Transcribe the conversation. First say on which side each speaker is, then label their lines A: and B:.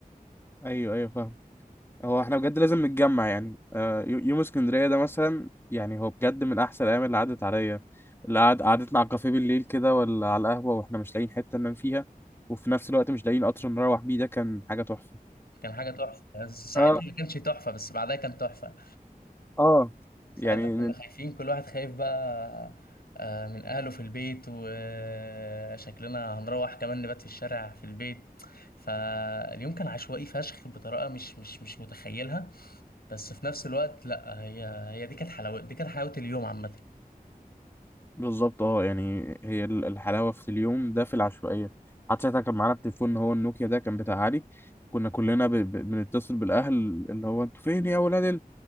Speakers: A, on the left (about 15°); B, on the left (about 85°).
A: ايوه ايوه فاهم هو احنا بجد لازم نتجمع يعني آه، يو- يوم اسكندرية ده مثلا يعني هو بجد من احسن الايام اللي عدت عليا اللي قعد قعدتنا على الكافيه بالليل كده ولا على القهوة واحنا مش لاقيين حتة ننام فيها وفي نفس الوقت مش لاقيين قطر نروح بيه ده كان حاجة تحفة
B: كان حاجة تحفة بس ساعتها
A: <laughs>
B: ما كانش تحفة بس بعدها كان تحفة
A: اه
B: ساعتها
A: يعني
B: كنا خايفين كل واحد خايف بقى آه، من أهله في البيت وشكلنا هنروح كمان نبات في الشارع في البيت فاليوم كان عشوائي فشخ بطريقة مش مش مش متخيلها بس في نفس الوقت لا هي هي دي كانت حلاوة دي كانت حلاوة اليوم عامة
A: بالظبط اه يعني هي ال- الحلاوه في اليوم ده في العشوائيه حتى ساعتها كان معانا التليفون اللي هو النوكيا ده كان بتاع علي كنا كلنا ب... ب... بنتصل بالاهل اللي هو انتوا فين يا ولاد ال...